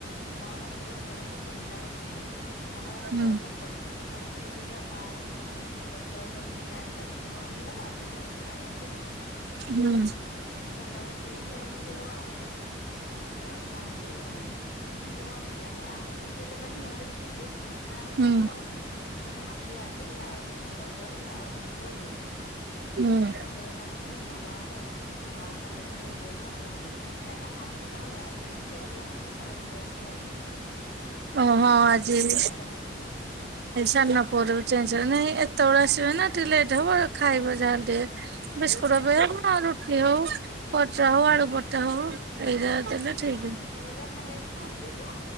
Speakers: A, on the left (about 50°); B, on the right (about 55°).
A: ମୁଁ ଆଉ ରାତିରେ ଅଟାଟା ଚକଟିକିନା ରଖିଥାଏ। ମୋଗା ରାତିରେ
B: ହୁଁ
A: ଆଉ ଚକଡ଼ିନି ସକାଳେ ଟିକେ ଟେ ରରେଲ ମୁଁ ଆଇରନ୍ ଦେଇ ନଥିଲୁ ଓଦା ଥିଲା ଜଷ୍ଟ୍ ଟିକେ ନରମ ଥିଲା ତ ଆଜି ଅନ୍ଧାରେ ଉଠି ଆଇରନ୍ ଦେଲି
B: ହୁଁ
A: ସରିଲା ବସେଇ ବି ଏ ବସେଇବ ଆଉ ହେଲାନି ଯେ ମୁଁ ହେଇଥିପାଇଁ ସେମାନଙ୍କୁ ସୁଜି ବନେଇଲି ଯେ ଆମେ ସବୁ ସେ କେବେ ନିଅନ୍ତିନି ସୁଜି ନା ଆମେ ସୁଜି
B: ହୁଁ
A: ନବୁନି ପୁଣି ହାପି ହାପି ଆଉ କଦଳୀ ଆଉ ଓରିଓ
B: ହୁଁ
A: ଯିଏ କହିଲେ କଦଳୀ ନବୁନି ଥଣ୍ଡା ହବ, ଆଉ ଖାଲି ଆମେ ଓରିଓ କୁ ହାପି ହାପି ଗୋ <unintelligible> କାହିଁକି ନା ଆଜିରୁ ତାଙ୍କର ଟାଇମ୍ ଟେବୁଲ୍ ଚେଞ୍ଜ ହେଲା ତ ଗୋ ସାଢ଼େ ଗୋଟେରେ ଆସିବେ ଘରକୁ
B: ଓ ହଁ
A: ସବୁବେଳେ
B: ଆଜି
A: ଆସନ୍ତି ସେମାନେ ଏଗାରଟାରେ
B: ଏଇ ସାନପୁଅ ଯୋଗୁଁ ଚେଞ୍ଜ୍ ନାଇ ଏତେବେଳେ ଆସିବେ ନା ଟିକେ ଲେଟ୍ ହବ ଖାଇବ ଯାହା ହେଲେ ଟିକେ। ବିସ୍କୁଟ <unintelligible> ରୁଟି ହଉ ପରଟା
A: ହଁ
B: ହଉ
A: ହଁ।
B: ଆଳୁ ପରଟା ହଉ ଏଇଟା ଦେଲେ ଠିକ।
A: ଏବେ ଖାଲି ଆଜି ଫାଷ୍ଟ ଡେ ତ